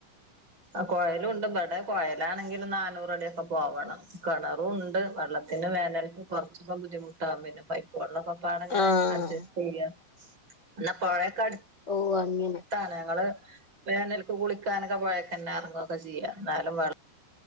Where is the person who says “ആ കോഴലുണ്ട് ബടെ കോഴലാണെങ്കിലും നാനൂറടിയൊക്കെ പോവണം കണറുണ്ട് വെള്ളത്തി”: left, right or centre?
Right